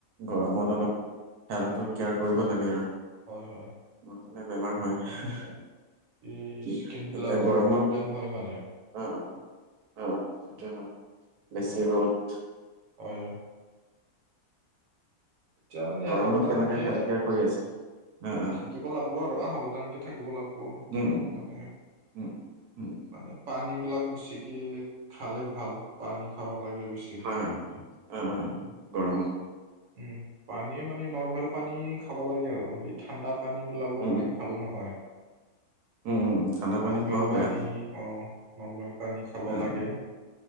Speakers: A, on the right (about 80°); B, on the right (about 60°).
A: গৰমত অলপ হেল্থৰ
B: অ'
A: কেয়াৰ কৰিব লাগে আৰু।
B: হয় হয়।
A: নহ'লে বেমাৰ হয়,
B: মানে এই
A: কি
B: স্কিন বিলাকৰো
A: এতিয়া গৰমত
B: প্ৰব্লেম
A: অ,
B: হয় মানে।
A: অ, অ, সেইটো হয় বেছি
B: হয়
A: ৰ'দ
B: হয় হয়। এতিয়া মানে
A: গৰমত
B: সাৱধান
A: কেনেকে
B: কে,
A: হেল্থ কেয়াৰ কৰি আছে অ অ
B: থাকিব লাগিব। <inaudible> সাৱধানকে থাকিব লাগিব, এতিয়া
A: উম উম
B: মানে।
A: উম উম
B: মানে পানী বিলাক বেছিকে, খালে ভাল। পানী খাব লাগে বেছি।
A: হয় হয়, অ, অ, গৰমত।
B: উম, পানী মানে নৰ্মেল পানী খাব লাগে আৰু। ঠাণ্ডা পানী বিলাকো
A: উম
B: মানে
A: উম
B: ভাল নহয়,
A: উম, উম, উম, ঠাণ্ডা পানী
B: নৰ্মেল
A: খোৱাও বেয়া।
B: পানী অ, নৰ্মেল পানী খাব
A: অ',
B: লাগে,